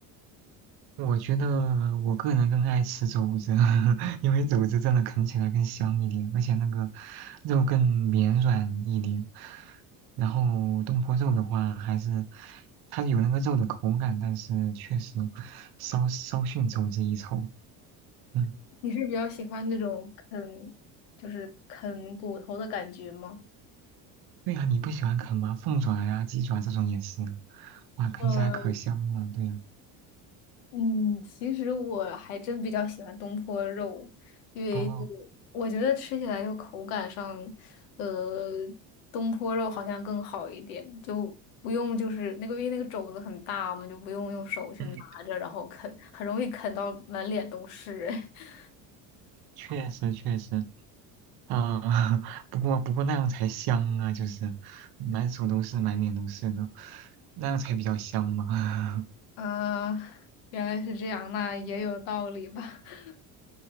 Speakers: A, on the right; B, on the left.
A: 我觉得我个人更爱吃肘子，<laughs> 因为肘子真的啃起来更香一点，而且那个肉更绵软一点。然后东坡肉的话，还是它有那个肉的口感，但是确实稍稍逊肘子一筹。嗯。
B: 你是比较喜欢那种啃，就是啃骨头的感觉吗？
A: 对呀、你不喜欢啃吗？凤爪呀、鸡爪这种也是，哇，啃起来可香了。
B: 呃，
A: 对呀、
B: 嗯，其实我还真比较喜欢东坡肉，因为就
A: 哦，
B: 我觉得吃起来就口感上，呃，东坡肉好像更好一点，就不用就是那个因为那个肘子很大嘛，就不用用手去拿着，
A: 嗯，
B: 然后啃，很容易啃到满脸都是。<laughs>
A: 确实确实，嗯、<laughs> 不过不过那样才香啊，就是满手都是，满脸都是的，那样才比较香嘛。<laughs>
B: 啊，原来是这样，那也有道理吧。<laughs>